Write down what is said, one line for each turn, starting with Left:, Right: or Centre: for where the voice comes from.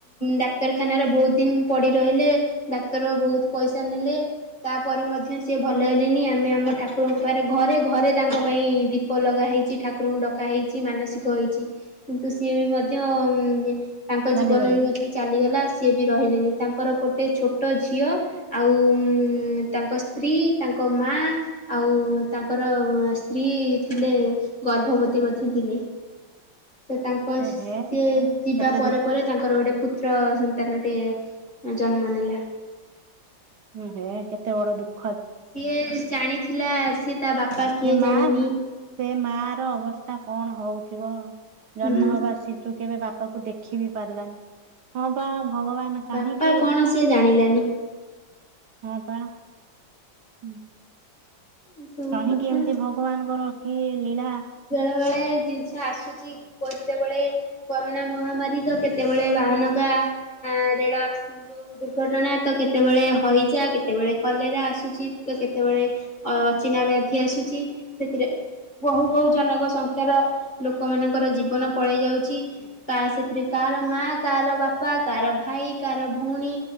Left: ଡାକ୍ତ ଡାକ୍ତରଖାନାରେ ବହୁତ ଦିନ ପଡି ରହିଲେ। ଡାକ୍ତର ବହୁତ ପଇସା ନେଲେ। ତାପରେ ମଧ୍ୟ ସିଏ ଭଲ ହେଲେନି। ଆମେ ଆମ ଠାକୁରଙ୍କୁ ପାଖରେ ଘରେ ଘରେ ତାଙ୍କ ପାଇଁ ଦୀପ ଲଗା ହେଇଛି। ଠାକୁରଙ୍କୁ ଡକା ହେଇ ଇଛି। ମାନସିକ ହେଇଛି। କିନ୍ତୁ ସିଏ ବି ମଧ୍ୟ ଉମ ତାଙ୍କ
Right: ଚାଲିଗଲେ
Left: ଜୀବନରେ ମଧ୍ୟ <unintelligible> ଗଲା ସିଏ ବି ରହିଲେନି। ତାଙ୍କର ଗୋଟେ ଛୋଟ ଝିଅ ଆଉ ଉଁମ ତାଙ୍କ ସ୍ତ୍ରୀ କି ତାଙ୍କ ମା ଆଉ ତାଙ୍କର ସ୍ତ୍ରୀ ଥିଲେ ଗର୍ଭବତୀ ମ <unintelligible> ଥିଲେ। ତ ତାଙ୍କ
Right: ଏହେ
Left: ସି ସିଏ ଯିବା
Right: କେତେ
Left: ପରେ
Right: ଦୁଃଖ
Left: ପରେ ତାଙ୍କର ଗୋଟେ ପୁତ୍ର ସନ ତାନଟିଏ ଜନ୍ମ ନେଲା।
Right: ହୁଁ ହେ କେତେ ବଡ ଦୁଃ
Left: ସିଏ ଜାଣିଥିଲା ସିଏ ତା ବାପା। କିଏ
Right: ଏ ମା
Left: ଜାଣିନି
Right: ସେ ମା ର ଅବସ୍ଥା କଣ ହଉଥିବ? ଜନ୍ମ
Left: ହୁଁ
Right: ହବା ଶିଶୁ କେବେ ବାପାକୁ ଦେଖି ବିି ପାରିଲାନି। ହଁ ବା ଭଗବାନ
Left: ବାପା
Right: କାହିଁକି?
Left: କଣ ସିଏ ଜାଣିଲାନି
Right: ହଁ ବା। ହୁଁ।
Left: ଏସବୁ
Right: କାହିଁକି
Left: କଥା
Right: ଏମିତି ଭଗବାନଙ୍କର କି ଲୀଳା?
Left: ତେବେଳେ ଜିନିଷ ଆସୁଛି। କେତେବେଳେ କରୋନା ମହାମାରୀ ତ କେତେବେଳେ ବାହାନଗା। ଆ। ଅଁ ରେଳ ଯୋଉ ଦୁର୍ଘଟଣା ତ କେତେବେଳେ ହଇଯା କେତେବେଳେ କଲେରେ ଆସୁ ଚିତ ତ କେତେବେଳେ ଅଚିହନା ବ୍ୟାଧି ଆସୁଛି, ସେଥିରେ। ବହୁ ବହୁ ଜନକ ସଂଖ୍ୟାର ଲୋକମାନଙ୍କର ଜୀବନ ପଳେଇ ଯାଉଛି। କା ସେଥିରେ କା କାର ମା, କାର ବାପା, କାର ଭାଇ, କାର ଭଉଣୀ।